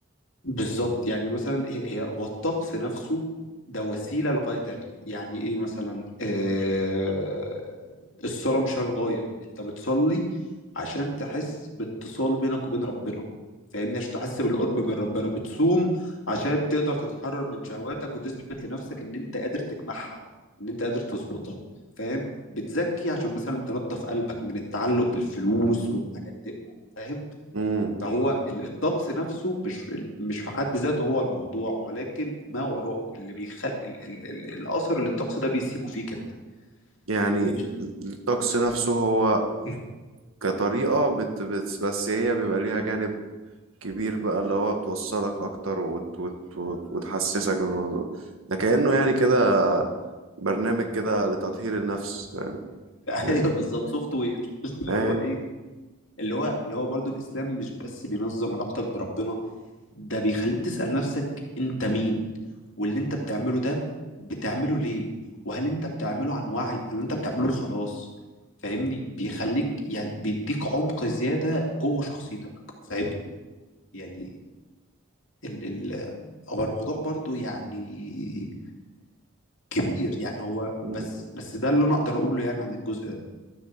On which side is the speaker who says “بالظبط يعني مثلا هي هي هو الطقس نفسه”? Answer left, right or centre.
Left